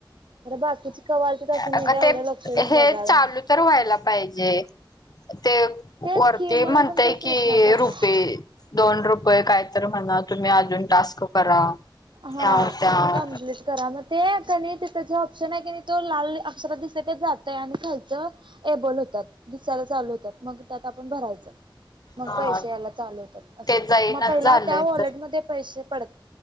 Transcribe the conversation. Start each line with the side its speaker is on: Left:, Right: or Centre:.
Right: अरे बाकीची कवा आलतीत अस मी
Left: अगं
Right: काय
Left: ते
Right: एवढं लक्ष देऊन
Left: हे
Right: बघायला
Left: चालू
Right: नाही.
Left: तर व्हायला पाहिजे ते
Right: तेच
Left: वरती
Right: की मला
Left: म्हणताय
Right: पण तेच प्रश्न
Left: कि
Right: पडलाय
Left: रुपये दोन रुपये काय? तर म्हणा तुम्ही अजून टास्क करा.
Right: हा
Left: ह्याव त्याव
Right: कमप्लीट करा मग ते तिथे कणी लाल ऑप्शन आहे कणी तो लाल अर दिस जातय आणि खायच एबल होतात दिसायला चालू होतात मग त्यात आपण भरायचं. मग
Left: हा
Right: पैसे याला चालू होतात असं
Left: ते
Right: होतात
Left: जाईनाच
Right: मग पहिला
Left: झालंय
Right: त्या वॉलेटमध्येध्ये
Left: तर
Right: पैसे पडत.